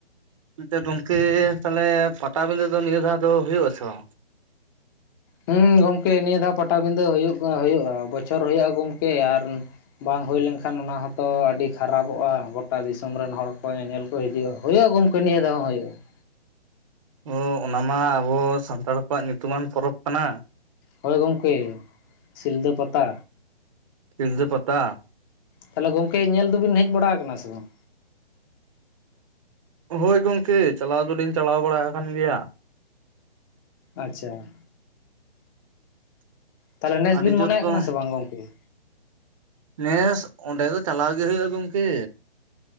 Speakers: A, on the right; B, on the left.
A: ᱮᱱᱛᱮ ᱜᱚᱝᱠᱮ ᱛᱟᱦᱞᱮ ᱯᱟᱴᱟᱵᱤᱫᱟᱹ ᱫᱚ ᱱᱤᱭᱟᱹ ᱫᱷᱟᱣ ᱫᱚ ᱦᱩᱭᱩᱜ ᱟᱥᱮ ᱵᱟᱝ?
B: ᱦᱩᱸ ᱜᱚᱢᱠᱮ ᱱᱤᱭᱟᱹ ᱫᱷᱟᱣ ᱯᱟᱴᱟᱵᱤᱫᱟᱹ ᱦᱩᱭᱩᱜ ᱦᱩᱭᱩᱜ-ᱟ ᱵᱚᱪᱷᱚᱨ ᱦᱩᱭᱩᱜ-ᱟ ᱜᱚᱢᱠᱮ ᱟᱨ ᱵᱟᱝ ᱦᱩᱭ ᱞᱮᱱᱠᱷᱟᱱ ᱚᱱᱟ ᱦᱚᱸᱛᱚ ᱟᱹᱰᱤ ᱠᱷᱟᱨᱟᱯᱚᱜ-ᱟ ᱜᱚᱴᱟ ᱫᱤᱥᱚᱢ ᱨᱮᱱ ᱦᱚᱲ ᱠᱚ ᱧᱮᱧᱮᱞ ᱠᱚ ᱦᱤᱡᱩᱜ-ᱟ, ᱦᱩᱭᱩᱜ-ᱟ ᱜᱚᱢᱠᱮ ᱱᱤᱭᱟᱹ ᱫᱷᱟᱣ ᱦᱚᱸ ᱦᱩᱭᱩᱜ-ᱟ ᱾
A: ᱚ ᱚᱱᱟᱢᱟ ᱟᱵᱚ ᱥᱟᱱᱛᱟᱲ ᱠᱚᱣᱟᱜ ᱧᱩᱛᱩᱢᱟᱱ ᱯᱚᱨᱚᱵᱽ ᱠᱟᱱᱟ ᱾
B: ᱦᱚᱳᱭ ᱜᱚᱢᱠᱮ <inaudible> ᱥᱤᱞᱫᱟᱹ ᱯᱟᱛᱟ
A: ᱥᱤᱞᱫᱟᱹ ᱯᱟᱛᱟ ᱾
B: ᱛᱟᱦᱚᱞᱮ ᱜᱚᱝᱠᱮ ᱧᱮᱞ ᱫᱚᱵᱤᱱ ᱦᱮᱡ ᱵᱟᱲᱟ ᱟᱠᱟᱱᱟ ᱥᱮ ᱵᱟᱝ?
A: ᱦᱳᱭ ᱜᱚᱝᱠᱮ ᱪᱟᱞᱟᱣ ᱫᱚᱞᱤᱧ ᱪᱟᱞᱟᱣ ᱵᱟᱲᱟ ᱟᱠᱟᱱ ᱜᱮᱭᱟ ᱾
B: ᱟᱪᱪᱷᱟ ᱾ ᱛᱟᱦᱚᱞᱮ ᱱᱮᱥ
A: ᱟᱹᱰᱤ
B: ᱵᱤᱱ ᱢᱚᱱᱮᱭᱟᱜ
A: ᱡᱳᱨ ᱠᱚ
B: ᱠᱟᱱᱟ
A: <inaudible>
B: ᱥᱮ ᱵᱟᱝ ᱜᱚᱝᱠᱮ?
A: ᱱᱮᱥ ᱚᱸᱰᱮ ᱫᱚ ᱪᱟᱞᱟᱣ ᱜᱮ ᱦᱩᱭᱩᱜ-ᱟ ᱜᱚᱝᱠᱮ᱾